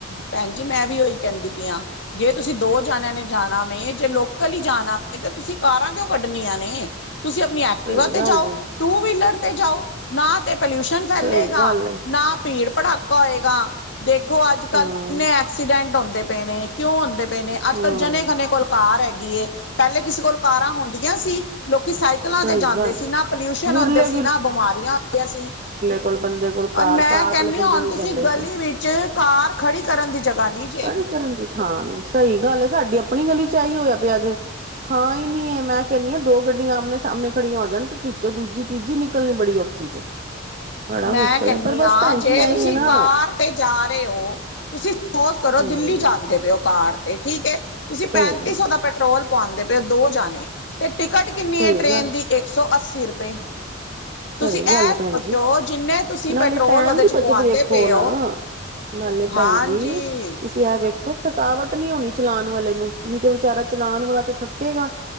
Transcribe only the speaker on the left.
ਭੈਣ ਜੀ, ਮੈਂ ਵੀ ਉਹੀ ਕਹਿੰਦੀ ਪਈ ਹਾਂ। ਜੇ ਤੁਸੀਂ ਦੋ ਜਾਣਿਆਂ ਨੇ ਜਾਣਾ ਵੇ ਜੇ ਲੋਕਲ ਹੀ ਜਾਣਾ ਵ ਤਾਂ ਤੁਸੀਂ ਕਾਰਾਂ ਕਿਉ ਕੱਢਣੀਆਂ ਨੇ। ਤੁਸੀਂ ਆਪਣੀ ਐਕਟੀਿਵਾ
ਤੇ ਜਾਓ
ਟੂ ਵੀਲਰ ਤੇ ਜਾਓ ਨਾਂ ਤੇ ਪੋਲਿਊਸ਼ਨ
ਫੈਲੇਗਾ
ਨਾਂ ਭੀੜ ਭੜਾਕਾ ਹੋਏਗਾ <inaudible> ਦੇਖੋ ਅੱਜ-ਕੱਲ੍ਹ
ਕਿੰਨੇ ਐਕਸੀਡੈਂਟ ਹੁੰਦੇ ਪਏ ਨੇ ਕਿਉਂ ਹੁੰਦੇ ਪਏ ਨੇ ਅੱਜ-ਕੱਲ੍ਹ
ਜਣੇ ਖਨੇ ਕੋਲ ਕਾਰ ਹੈਗੀ ਏ, ਪਹਿਲੇ ਕਿਸੇ ਕੋਲ ਕਾਰਾਂ ਹੁੰਦੀਆਂ ਸੀ। ਲੋਕੀ ਸਾਈਕਲਾਂ
ਤੇ ਜਾਂਦੇ
ਸੀ, ਨਾਂ ਪੋਲਿਊਸ਼ਨ
ਹੁੰਦੇ ਸੀ ਨਾਂ, ਬਿਮਾਰੀਆਂ ਹੁੰਦੀਆਂ ਸੀ।
ਔਰ ਮੈਂ
ਕਹਿੰਨੀ
ਹਾਂ ਹੁਣ
ਤੁਸੀਂ
ਗਲੀ
ਵਿੱਚ ਕਾਰ ਖੜੀ ਕਰਨ ਦੀ ਜਗ੍ਹਾ ਨੀਂ ਜੇ
ਮੈਂ
ਕਹਿੰਨੀ
ਹਾਂ
ਜੇ
ਤੁਸੀਂ
ਕਾਰ ਤੇ ਜਾ ਰਹੇ ਹੋ। ਫੋਸ ਕਰੋ
ਦਿੱਲੀ ਜਾਂਦੇ ਪਏਓ ਕਾਰ ਤੇ ਠੀਕ ਹੈ ਤੁਸੀਂ
ਪੈਂਤੀ
ਸੌ ਦਾ ਪੈਟਰੋਲ ਪਾਉਂਦੇ ਪਏ ਉਹ ਦੋ ਜਾਣੇ। ਤੇ ਟਿਕਟ ਕਿੰਨੀ
ਏ ਟ੍ਰੇਨ
ਦੀ ਇੱਕ ਸੌ ਅੱਸੀ ਰੁਪਏ,
ਤੁਸੀਂ
ਐ
ਸੋਚੋ
ਜਿੰਨੇ ਤੁਸੀਂ ਪੈਟਰੋਲ
ਉਹਦੇ'ਚ
ਪਵਾਉਂਦੇ
ਪਏ
ਹੋ
ਹਾਂਜੀ